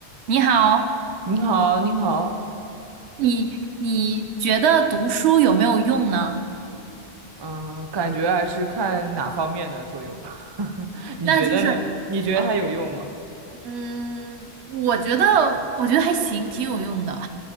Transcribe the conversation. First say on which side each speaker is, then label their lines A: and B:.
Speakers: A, on the right; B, on the right.
A: 你好，
B: 你好，你好，
A: 你你觉得读书有没有用呢？
B: 嗯，感觉还是看哪方面的作用吧。<laughs> 你觉得呢？
A: 那就是，
B: 你觉得它有用吗？
A: 啊，嗯，我觉得我觉得还行，挺有用的。